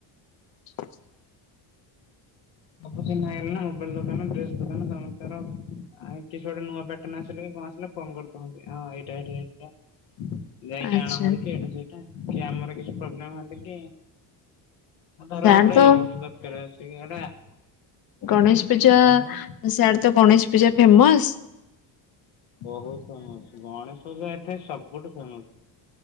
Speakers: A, on the left; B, on the left.
A: <inaudible>
B: ସବୁ ଚିହ୍ନା ହେଇଗଲେଣି ନା ମୋବାଇଲଦୋକାନ ଡ୍ରେସ ଦୋକାନ ସମସ୍ତଙ୍କର। ଆ କିଛି ଗୋଟେ ନୂଆ ପ୍ୟାଟର୍ଣ ଆସିଲେ କଣ ଆସିଲ ଫୋନ କରିୁଥାନ୍ତି ହଁ। <unintelligible>
A: ଆଚ୍ଛା
B: କି ଆମର କିଛିପ୍ରୋବ୍ଲେମ ହେଲେକି <unintelligible>
A: ସିଆଡେ ତ ଗଣେଶପୂଜା
B: କଣ କହନି
A: ସିଆଡେ ତ ଗଣେଶପୂଜା ଫେମସ।
B: ବହୁତଫେମସ ଗଣେଶପୂଜା ଏଠି ସବୁଠୁଫେମସ।